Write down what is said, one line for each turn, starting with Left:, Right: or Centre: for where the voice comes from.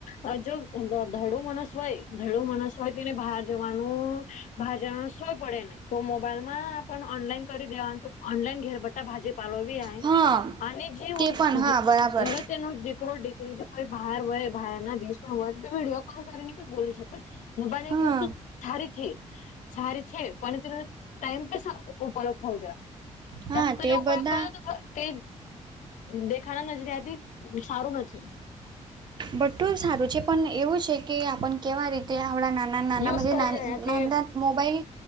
Left: આ જો ધડું મણસ હોય ધડું મણસ હોય તેને બહાર જવાનું બહાર જવાનું ય પડે નહી તો મોબાઈલ માં પણ ઓનલાઈન કરી દેવાનું ઓનલાઈન ઘેરબટ્ટા ભાજી પાાલો બી
Right: હા
Left: અને જે
Right: તે
Left: વસ્તુ
Right: પણ હા
Left: જ
Right: બરાબર
Left: જવત તેનો દીકરો દીકરી જો કોઈ બહાર હોય બહાર ના દેશમાં હોય તો વિડીયો કોલ કરીને પણ બોલી શકે. મોબાઈલ
Right: હા
Left: એક વસ્તુ સારી છે સારી છે પણ ટાઈમ ઉપયોગ થવ છે
Right: હા
Left: જાસ્ત
Right: તે
Left: જે ઉપયોગ
Right: બધા
Left: કરો તો તે દેખાના નજરિયાથી સારું નથી
Right: બટું સારું છે પણ એવું છે કે આપ કેવા રીતે આવડા નામ નાના
Left: યુઝ કરી રહ્યા
Right: ના
Left: તે
Right: મોબાઈલ